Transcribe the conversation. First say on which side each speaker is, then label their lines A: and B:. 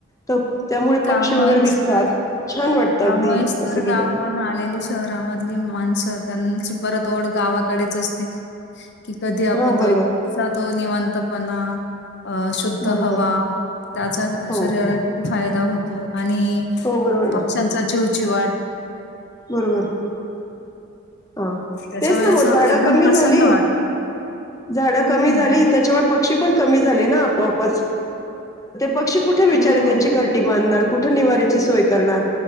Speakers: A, on the left (about 15°); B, on the left (about 55°).
A: तर त्यामुळे
B: त्यामुळेच
A: पक्षी वगैरे दिसतात.
B: तर
A: छान वाटतं
B: त्यामुळेच
A: अगदी
B: तर
A: असं गेल्यावर.
B: गावाकडून आलेली शहर गावा मधली माणसं त्यांची परत ओढ गावाकडेच असते कि कधी आपण
A: हां,
B: जाऊ
A: बरोबर,
B: जातो तिथला तो निवांतपणा अ शुद्ध
A: बरोबर.
B: हवा त्याचा
A: हो
B: शरीराला किती फायदा होतो आणि
A: हो बरोबर
B: पक्ष्यांचा चिवचिवाट
A: बरोबरी हा
B: त्याच्यामुळे
A: तेच ना
B: असं
A: मगं झाडं
B: एकदम
A: कमी
B: प्रसन्न
A: झाली
B: वाटतं.
A: झाडं कमी
B: हं.
A: झाली त्याच्यामुळे पक्षी पण कमी झाले ना आपोआपच. पक्षी कुठे बिचारे
B: हो,
A: त्यांची घरटी बांधणार कूठं निवार्याची सोय करणार?